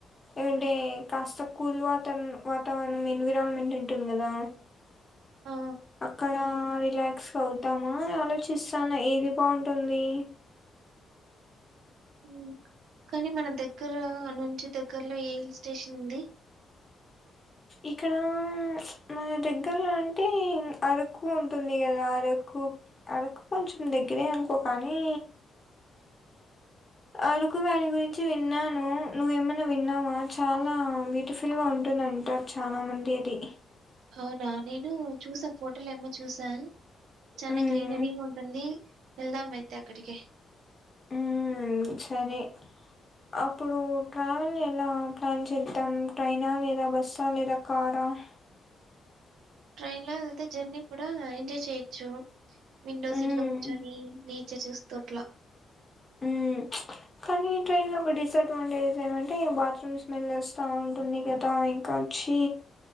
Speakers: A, on the left (about 20°); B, on the right (about 80°).
A: ఏంటే కాస్త కూల్ వాతరణ వాతావరణం ఎన్విరాన్మెంట్ ఉంటుంది కదా
B: ఆ
A: అక్కడా రిలాక్స్ అవుదామా ఆలోచిస్తాను ఏది బాగుంటుంది
B: మ్ కానీ మన దగ్గర నుంచి దగ్గరలో ఏ హిల్ స్టేషన్ ఉంది
A: ఇక్కడ మన దగ్గరలో అంటే అరకు ఉంటుంది కదా అరకు అరకు కొంచెం దగ్గరే అనుకో కానీ అరుకు వ్యాలి గురించి విన్నాను నువ్వేమైన్నా విన్నావా చాలా బ్యూటిఫుల్ గా ఉంటుంద అంటారు చాలా మంది అది
B: అవునా నేను చూసా ఫోటోలు ఏమో చూసా చనా
A: మ్మ్
B: గ్రీనరీ ఉంటుంది ఎల్దాం అయితే అక్కడికి
A: మ్ సరే అప్పుడు ట్రావెల్ ఎలా ప్లాన్ చేద్దాం ట్రైనా లేదా బస్సా లేదా కారా ఆ
B: ట్రైన్ లో వెళ్తే జర్నీ కూడా ఎంజాయ్ చేయ్యొచ్చు విండో
A: మ్మ్
B: సీట్ లో కూర్చొని ఇచ్చ చూస్తూట్లా
A: ఉ కానీ ట్రైన్ లో ఒక డిసడ్వాంటేజ్ ఏమంటే బాత్రూమ్ స్మెల్ వస్తా ఉంటుంది కదా ఇంకా కొచ్చి